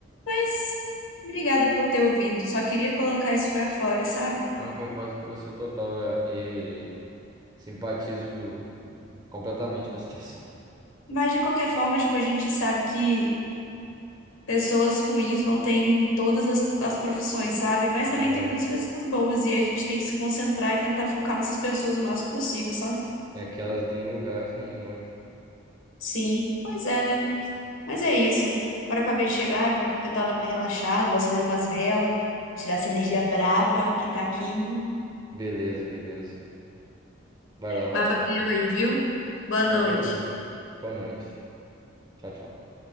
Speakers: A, on the left; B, on the right.
A: Mas, obrigada por ter ouvido. Só queria colocar isso pra fora, sabe?
B: Então, Eu concordo com você total é, e simpatizo completamente com a <laughs> situação.
A: Mas, de qualquer forma, tipo, a gente sabe que Pessoas ruins vão ter em todas as, as profissões, sabe? Mas também
B: Lógico.
A: tem muitas pessoas boas e a gente tem que se concentrar e tentar focar nessas pessoas o máximo possível, sabe?
B: É que elas deem lugares ruins, óbvio.
A: Sim, pois é, né? Mas é isso. Agora eu acabei de chegar, eu vou tentar dar uma relaxada, vou acender umas velas, tirar essa energia braba que tá aqui.
B: Beleza, beleza. Vai lá, vai
A: Mas
B: lá.
A: valeu aí, viu? Boa noite.
B: Valeu, valeu. Boa noite. Tchau, tchau.